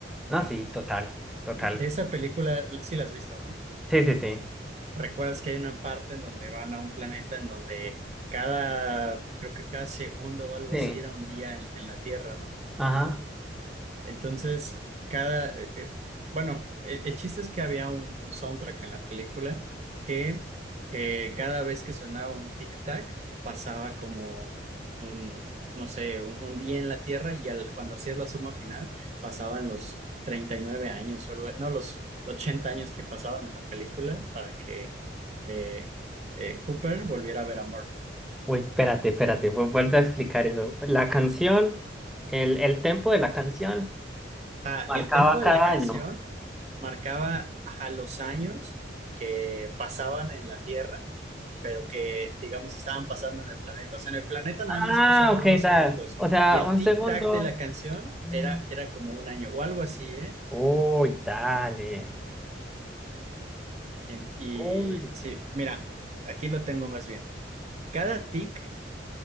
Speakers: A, in the centre; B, on the right.
A: No, sí, total. Total.
B: De, de esa película la- sí la has visto, ¿no?
A: Sí, sí, sí.
B: Recuerdas que hay una parte en donde van a un planeta en donde cada, creo que cada segundo o algo
A: Sí.
B: así era un día en, en la Tierra, ¿no?
A: Ajá.
B: Entonces, cada, eh, eh, bueno, el, el chiste es que había un, un soundtrack en la película que eh, cada vez que sonaba un tic-tac pasaba como un, no sé, un, un día en la Tierra y al, cuando hacías la suma final pasaban los 39 años, o lo- no, los 80 años que pasaban en la película para que eh, eh, Cooper volviera a ver a Murph.
A: Uy, espérate, espérate, vu- vuelve a explicar eso. La canción, el, el tempo de la canción
B: Ah,
A: marcaba
B: el tempo
A: cada
B: de la canción
A: año.
B: marcaba a los años que pasaban en la Tierra, pero que, digamos, estaban pasando en el planeta. O sea, en el planeta nada
A: Ah,
B: más pasaron
A: ok,
B: unos
A: dale.
B: segundos
A: O sea,
B: y el
A: un
B: tic-tac
A: segundo.
B: de la canción
A: Mm.
B: era, era como un año o algo así, ¿eh?
A: Uy, dale.
B: En- y
A: Uy.
B: sí, mira, aquí lo tengo más bien. Cada tic